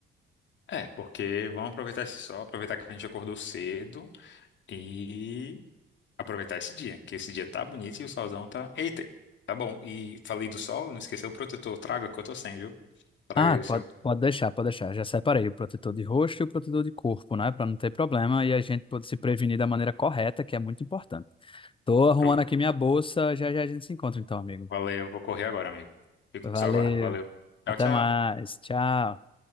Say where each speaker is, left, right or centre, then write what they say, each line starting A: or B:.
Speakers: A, on the left; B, on the left.
A: É, porque vamos aproveitar esse sol, aproveitar que a gente acordou cedo e aproveitar esse dia, que esse dia tá bonito e o solzão tá. Eita, tá bom. E falei do sol, não esqueceu o protetor. Traga que eu tô sem, viu? Traga
B: Ah,
A: aí o
B: pode,
A: seu.
B: pode deixar, pode deixar. Já separei o protetor de rosto e o protetor de corpo, né? Pra não ter problema e a gente pode se prevenir da maneira correta, que é muito importante. Tô arrumando
A: Pronto.
B: aqui minha bolsa. Já já a gente se encontra, então, amigo.
A: Valeu, vou correr agora, amigo. Fico
B: Valeu.
A: no seu aguardo. Valeu. Tchau,
B: Até
A: tchau.
B: mais. Tchau.